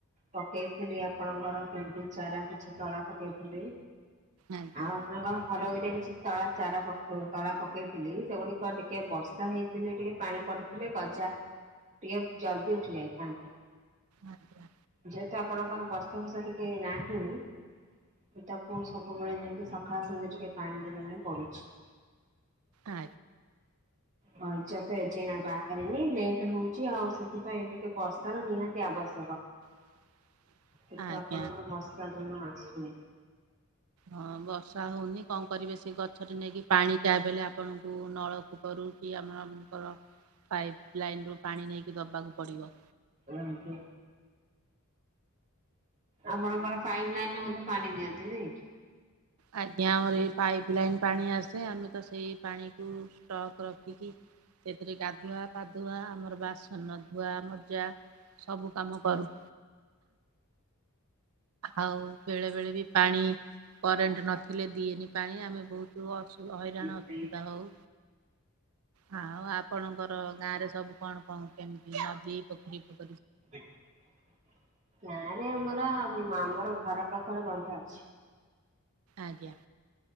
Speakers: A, on the right; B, on the right.
A: ପକେଇଥିଲି ଆପଣଙ୍କର ଗେଣ୍ଡୁ ଚାରା କିଛି ତଳା ପକେଇଥିଲି
B: ଆଜ୍ଞା
A: ଆଉ ଆପଣଙ୍କ ହର ଏଟରେ କିଛି ତଳା ଚାରା ତଳା ପକାଇଥିଲି, ସେଗୁଡ଼ିକ ଟିକେ ବର୍ଷା ହେଇ ଦିନେ ଟିକେ ପାଣି ପଡିଥିଲେ, ଗଜା ଟିକେ ଜଲଦି ଉଠି ଯାଇଥାତା
B: ଆଜ୍ଞା
A: ଯେହେତୁ ଆପଣଙ୍କର ବର୍ଷ ବୃଷ ଟିକେ ନାହିଁ ମୁ ତାକୁ ସବୁବେଳେ ଯାଇକି ସକାଳ ସାଜେ ଟିକେ ପାଣି ଦେବା ପାଇଁ ପଡୁଛି।
B: ଆ
A: ମଜା ତ ଏଜେଣା ବାହାରିନି ଲେଟ୍ ହଉଛି, ଆଉ ସେଥିପାଇଁ ଟିକେ ବର୍ଷ ର ନିହାତି ଆବଶ୍ୟ କ।
B: <unintelligible>
A: କିନ୍ତୁ
B: ଆଜ୍ଞା।
A: ଆପଣଙ୍କର ବର୍ଷା ଜମା ଆସୁନି।
B: ହଁ। ବର୍ଷା ହେଉନି କଣ କରିବେ, ସେ ଗଛରେ ନେଇକି ପାଣି ଟା ଦେଲେ ଆପଣଙ୍କୁ ନଳକୂପରୁ କି ଆମ ର ପାଇପ୍ ଲାଇନ ରୁ ପାଣି ନେଇକି ଦବାକୁ ପଡିବ।
A: ଆଜ୍ଞା। ଆପଣଙ୍କର ପାଇପ୍ ଲାଇନରେ ମଧ୍ୟ ପାଣି ଦିଅନ୍ତି ନାଇଁ?
B: ଆଜ୍ଞା ଆମର ଏଇ ପାଇପ ଲାଇନ ପାଣି ଆସେ ଆମେ ତ ସେଇ ପାଣିକୁ ଷ୍ଟକ୍ ରଖିକି ସେଥିରେ ଗାଧୁଆ ପାଧୁଆ ଆମର ବାସନ ଧୁଆ ମଜା ସବୁ କାମ କରୁ ଆଉ ବେଳେ ବେଳେ ବି ପାଣି କରେଣ୍ଟ ନଥିଲେ ଦିଏନି ପାଣି ଆମେ ବହୁତ ଅ ହଇରାଣ
A: କି?
B: ଅସୁବିଧା ହଉ ହଁ ଆଉ ଆପଣଙ୍କର ଗାଁ ରେ ସବୁ କଣ କଣ କେମିତି ନଦୀ ପୋଖରୀ ପଖ
A: <unintelligible> ପା ଆମର ଘର ପାଖରେ ବନ୍ଧ ଅଛି।
B: ଆଜ୍ଞା।